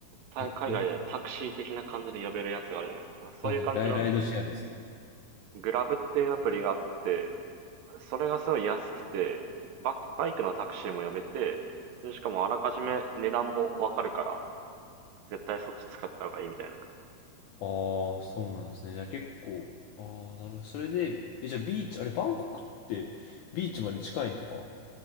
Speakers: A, on the right (about 75°); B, on the left (about 80°).
A: 海外でタクシー的な感じで呼べるやつがあるじゃないですか。
B: ー。え、ウー、
A: そういう感じの
B: はい、ライ、ライドシェアですよね。
A: グラブっていうアプリがあって、それがすごい安くて、バ、バイクのタクシーも呼べて、でしかもあらかじめ値段もわかるから、絶対そっち使った方がいいみたいな
B: ああ、そうなんですね。じゃあ結構、ああ、なるほど。それで、え、じゃあビーチ、あれ、バンコクってビーチまで近いのか